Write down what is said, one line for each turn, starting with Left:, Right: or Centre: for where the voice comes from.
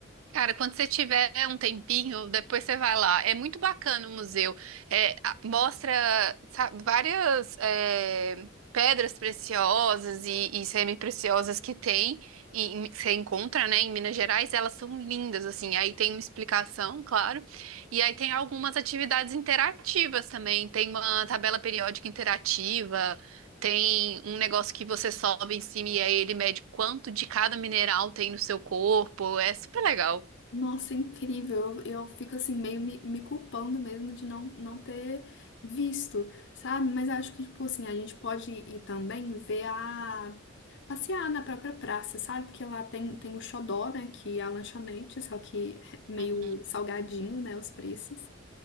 Right: Cara, quando você tiver um tempinho, depois você vai lá. É muito bacana o museu. É, a- mostra, sabe, várias é, pedras preciosas e, e semi-preciosas que tem, e, e que você encontra, né, em Minas Gerais. Elas são lindas, assim. Aí tem uma explicação, claro. E aí tem algumas atividades interativas também. Tem uma tabela periódica interativa. Tem um negócio que você sobe em cima e aí ele mede quanto de cada mineral tem no seu corpo. É super legal.
Left: Nossa, incrível. Eu, eu fico assim, meio me, me culpando mesmo de não, não ter visto, sabe? Mas acho que, tipo assim, a gente pode ir também ver a. passear na própria praça, sabe? Porque lá tem, tem o Xodó, né? Que é a lanchonete, só que é meio
Right: Uhum.
Left: salgadinho, né? Os preços.